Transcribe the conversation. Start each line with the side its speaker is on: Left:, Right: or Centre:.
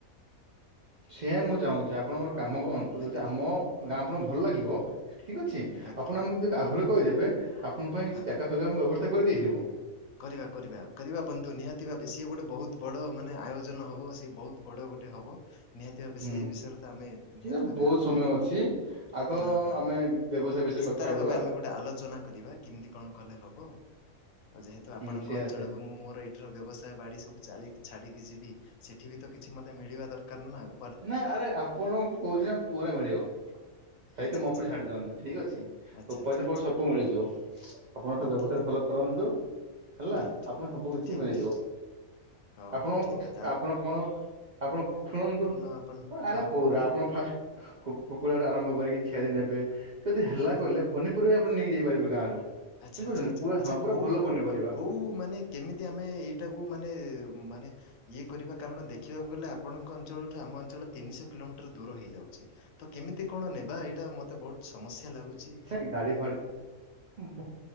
Right: ସେଆ ମୁଁ ଚାହୁଁଛି ଆପଣ ଗୋଟେ କାମ କରନ୍ତୁ ଯଦି
Left: ଆଜ୍ଞା
Right: ଆମ ଗାଁ ଆପଣଙ୍କୁ ଭଲ ଲାଗିବ ଠିକ ଅଛି
Left: ଆଜ୍ଞା।
Right: ଆପଣ ଆମକୁ ଯଦି
Left: ହୁଁ
Right: ଆଗୁରୁ
Left: ହୁଁ
Right: କହିଦେବେ ଆପଣଙ୍କ ପାଇଁ କିଛି
Left: ହଁ ହଁ।
Right: ଜାଗା ସ ଆମେ ବ୍ୟବସ୍ଥା କରିଦେଇଥିବ।
Left: କରିବା କରିବା ଆଉ କରିବା ବନ୍ଧୁ ନିହାତି ଭାବେ ସିଏ ଗୋଟେ ବହୁତ ବଡ ମାନେ ଆୟୋଜନ ହବ ସିଏ ବହୁତ ବଡ ଗୋଟେ ହବ ନିହାତି ଭାବେ
Right: ହୁଁ
Left: ସେଇ ବିଷୟରେ ତ ଆମେ ନିହାତି
Right: ଏ
Left: ଭାବେ
Right: ବହୁତ
Left: ଆଉ
Right: ସମୟ
Left: ଦିନେ
Right: ଅଛି। ଆଗ
Left: ହଁ ହଁ
Right: ଆମେ
Left: ହଁ
Right: ବ୍ୟବସାୟ ବିଷୟରେ କଥା
Left: ତାର
Right: ହେଇଦବା
Left: ଭାବେ ଆମେ ଗୋଟେ ଆଲୋଚନା କରିବା କେମିତି କଣ କଲେ ହବ।? ଆଉ ଯେହେତୁ ଆପଣଙ୍କ
Right: ହୁଁ ସେଆ
Left: ଅଞ୍ଚଳକୁ
Right: ସେଆ
Left: ମୁଁ ମୋର ଏଇଠିର ବ୍ୟବସାୟ ବାଡ଼ି ସବୁ ଚା ଛାଡ଼ିକି ଯିବି ସେଠି ବି ତ କିଛି ମତେ ମିଳିବା ଦରକାର ନା ଆଉ।
Right: ନା ଆରେ ଆପଣଙ୍କୁ କହୁଛି ନା ପୁରା ମିଳିବ। ସେଇଟା
Left: ଆଚ୍ଛା
Right: ମୋ
Left: ଆଚ୍ଛା।
Right: ଉପରେ ଛାଡି ଦିଅନ୍ତୁ ଠିକ ଅଛି
Left: ଆଚ୍ଛା
Right: ଉପରଯେପର
Left: ଆଚ୍ଛା ଆଚ୍ଛା
Right: ସବୁ। ମିଳିଯିବ ଆପଣ ଖାଲି
Left: ଓକେ
Right: ବ୍ୟବସାୟଟା
Left: ଓକେ
Right: ଭଲ କରନ୍ତୁ। ହେଲା
Left: ଠିକ୍ ଠିକ୍।
Right: ଆପଣ ସବୁ କିଛି
Left: ଠିକ୍
Right: ମିଳିଯିବ।
Left: ଠିକ୍ ହଉ
Right: ଆପଣ
Left: ହଉ ଠିକ୍ ଅଛି
Right: ଆପଣ କଣ ଆପଣ ଶୁଣନ୍ତୁ।
Left: ଆଉ ଆପଣ।
Right: ଆରେ
Left: ହଁ ହଁ
Right: କୋଉରା
Left: କୁହନ୍ତୁ
Right: ଆପଣ ଫାଷ୍ଟ କୁ କୁକୁଡ଼ା ଟୁ ଆରମ୍ଭ କରିକି ଛେଳି ନେବେ ଯଦି ହେଲା
Left: ହଁ ହଁ।
Right: କଲେ। ପନିପୁରିବା ଆପଣ ନେଇକିଯାଇପାରିବେ ଗାଁରୁ।
Left: ଆଚ୍ଛା
Right: ବୁଝିପାରୁଛନ୍ତି
Left: ଆଚ୍ଛା ଆଛା
Right: ପୁରା
Left: ଆଚ୍ଛା
Right: ହଁ ପୁରା
Left: କୋଉ
Right: ଭଲ
Left: କୋଉ
Right: ପନିପରିବା
Left: କୋଉ ମାନେ କେମିତି ଆମେ ଏଇଟାକୁ ମାନେ ମାନେ ଇଏ କରିବା କାରଣ ଦେଖିବାକୁ ଗଲେ ଆପଣଙ୍କ ଅଞ୍ଚଳଠୁ ଆମ ଅଞ୍ଚଳ ତିନିଶହ କିଲୋମିଟର ଦୂର ହେଇଯାଉଛି। ତ କେମିତି କଣ ନେବା ଏଇଟା ମତେ ବହୁତ ସମସ୍ୟା ଲାଗୁଛି।
Right: କି ଗାଡି ଫାଡି